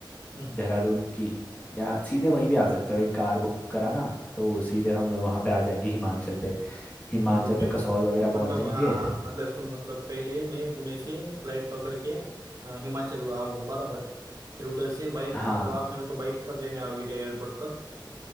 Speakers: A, on the right; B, on the left.
A: हम्म
B: देहरादून की या सीधे वहीं भी आ सकते हो एक कार बुक कराना तो सीधे हम वहाँ पे आ जाएंगे हिमाचल पे हिमाचल
A: ओके
B: पे कसौल वगैरह पहुँच
A: मतलब
B: जाएंगे
A: हाँ हाँ मतलब सुनो मतलब पहले मैं पुणे से फ्लाइट पकड़ के अ, हिमाचल आऊँ बराबर फिर उधर से बाइक
B: हाँ
A: मतलब आप मेरे को बाइक पर लेने आओगे क्या एयरपोर्ट पर